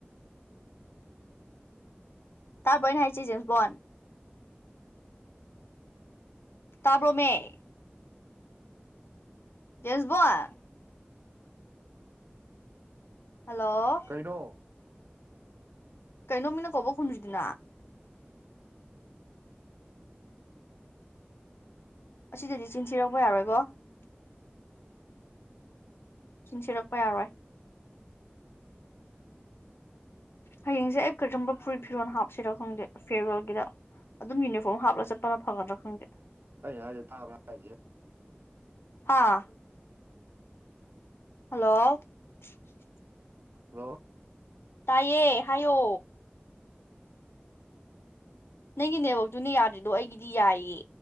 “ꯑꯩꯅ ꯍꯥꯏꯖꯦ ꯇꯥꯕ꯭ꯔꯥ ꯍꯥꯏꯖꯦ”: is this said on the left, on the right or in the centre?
Right